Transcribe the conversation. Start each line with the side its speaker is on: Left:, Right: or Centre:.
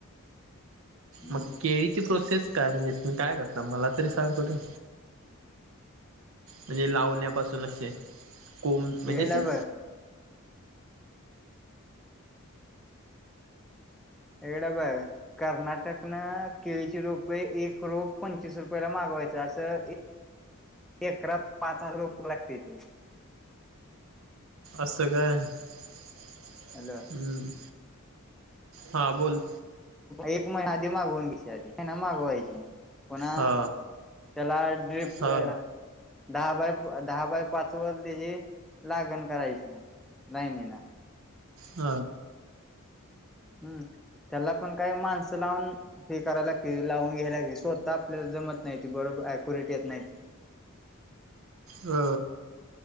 Centre: हम्म
Right: मग केळीची प्रोसेस? काय असते. काय करता मला तरी सांगतो बघूया? म्हणजे लावण्यापासून असेल. कोम म्हणजे
Centre: केळीला
Right: ते.
Centre: बघ इकड बघ कर्नाटकनं केळीची रोपे एक रोप पंचवीस रुपयाला माग व्हायच असं एकरात पाच हजार रुपये लागतय ते.
Right: असंकाय हम्म.
Centre: हॅलो
Right: हा बोल
Centre: एक महिना आधी मागवून घ्याची आधी हीना मागवायची पुन्हा
Right: हा
Centre: त्याला ड्रीप
Right: हा
Centre: अ दहा बाय दहा बाय पाच वर त्याची लागण करायची नाही लायनिन
Right: हा
Centre: हम्म त्याला पण काही माणसं लावून हे करायला लागतील, लावून घ्यायला लागते. स्वतः आपल्याला जमत नाही, ते बरोबर अक्युरेट येत नाही.
Right: हा,